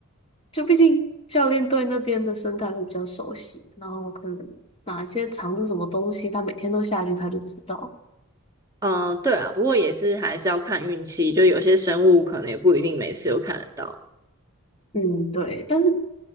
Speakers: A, on the left; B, on the right.
A: 就毕竟教练对那边的生态会比较熟悉，然后可能哪些藏着什么东西，他每天都下去，他就知道。
B: <laughs>。嗯，对啊，不过也是还是要看运气，就有些生物可能也不一定每次都看得到。
A: 嗯，对。但是